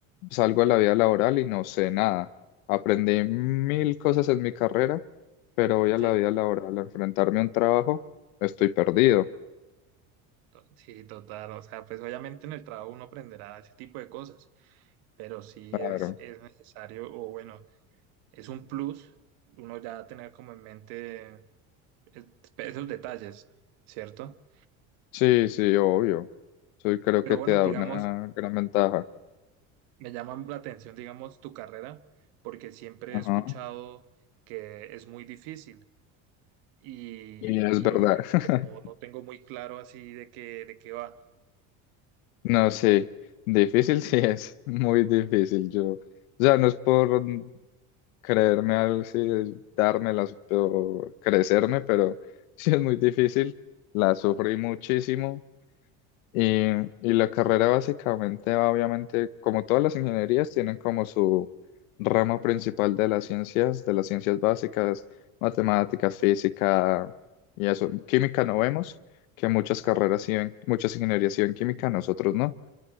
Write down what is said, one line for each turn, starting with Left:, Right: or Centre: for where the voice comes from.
Left: salgo a la vida laboral y no sé nada. Aprendí mil
Right: Sí.
Left: cosas en mi carrera, pero voy a
Right: Sí,
Left: la vida laboral a enfrentarme a un trabajo, estoy perdido.
Right: To- Sí, total. O sea, pues obviamente en el trabajo uno aprenderá ese tipo de cosas, pero sí
Left: Claro.
Right: es, es necesario, o bueno, es un plus uno ya tener como en mente eh, esos detalles, ¿cierto?
Left: Sí, sí, obvio. Eso creo
Right: Pero
Left: que
Right: bueno,
Left: te da
Right: digamos,
Left: una gran ventaja.
Right: me llama la atención, digamos, tu carrera, porque siempre
Left: Ajá.
Right: he escuchado que es muy difícil y,
Left: Y es
Right: y,
Left: verdad. <laughs>
Right: pues, no, no tengo muy claro así de qué, de qué va.
Left: No, sí, difícil sí es, muy difícil. Yo, o sea, no es por creerme algo, sí, dármelas o crecerme, pero <laughs> sí es muy difícil. La sufrí muchísimo. Y, y la carrera básicamente va, obviamente, como todas las ingenierías, tienen como su rama principal de las ciencias, de las ciencias básicas, matemáticas, física y eso. Química
Right: Sí.
Left: no vemos, que muchas
Right: Ajá,
Left: carreras siguen, muchas ingenierías siguen química, nosotros no,